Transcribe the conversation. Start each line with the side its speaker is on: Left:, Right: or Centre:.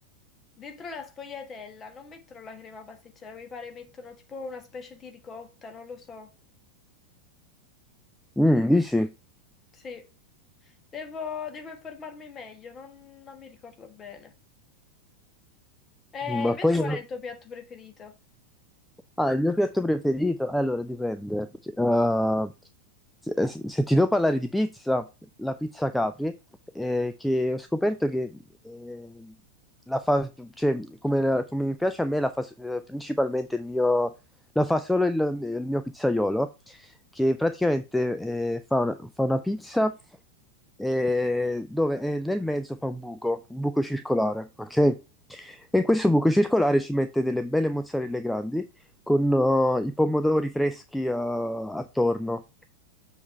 Left: dentro la sfogliatella non mettono la crema pasticcera, mi pare mettono tipo una specie di ricotta, non lo so.
Centre: Mm, dici?
Left: Sì, devo, devo informarmi meglio, non, non mi ricordo bene. E
Centre: Ma
Left: invece
Centre: poi...
Left: qual
Centre: <laughs>
Left: è il tuo piatto preferito?
Centre: Ah, il mio piatto preferito? Eh, Allora, dipende. Uh, se, eh, se ti devo parlare di pizza, la pizza Capri, eh, che ho scoperto che eh, la fa, cioè, come, la- come mi piace a me, la fa eh, principalmente il mio, la fa solo il, il mio pizzaiolo, che praticamente eh, fa una, fa una pizza eh, dove eh, nel mezzo fa un buco, un buco circolare, ok? E in questo buco circolare ci mette delle belle mozzarelle grandi con eh, i pomodori freschi eh, attorno